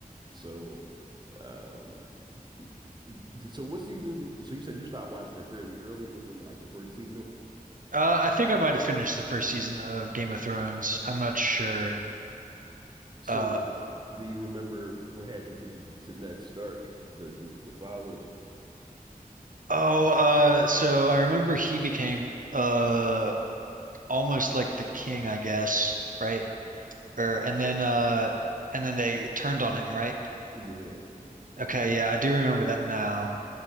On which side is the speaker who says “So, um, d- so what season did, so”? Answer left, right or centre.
Right